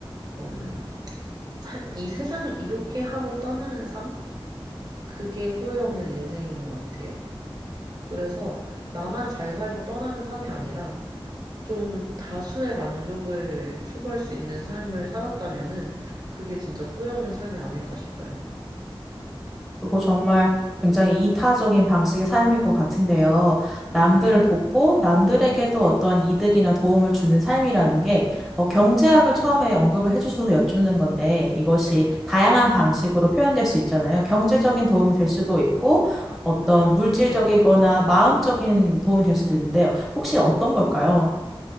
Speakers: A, on the right (about 45°); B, in the centre.
A: 음, 사- 이 세상을 이롭게 하고 떠나는 삶? 그게 후회 없는 인생인 것 같아요. 그래서 나만 잘 살고 떠나는 삶이 아니라 좀 다수의 만족을 추구할 수 있는 삶을 살았다면은 그게 진짜 후회 없는 삶이 아닐까 싶어요.
B: 그거 정말 굉장히 이타적인 방식의 삶일 것 같은데요.
A: 네네.
B: 남들을 돕고 남들에게도 어떠한 이득이나 도움을 주는 삶이라는 게 어,
A: 네.
B: 경제학을 처음에 언급을 해주셔서 여쭙는 건데 이것이
A: 네.
B: 다양한 방식으로 표현될 수 있잖아요. 경제적인 도움이 될 수도 있고 어떤
A: 음,
B: 물질적이거나
A: 네네.
B: 마음적인 도움이 될 수도 있는데요. 혹시 어떤 걸까요?